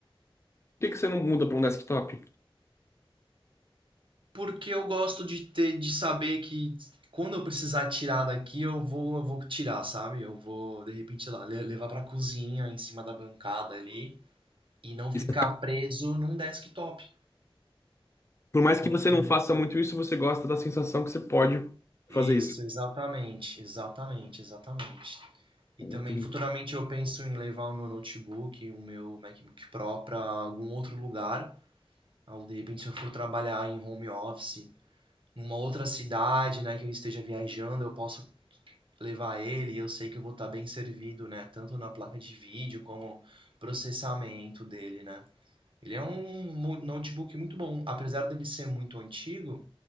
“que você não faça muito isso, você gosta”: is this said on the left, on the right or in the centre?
Left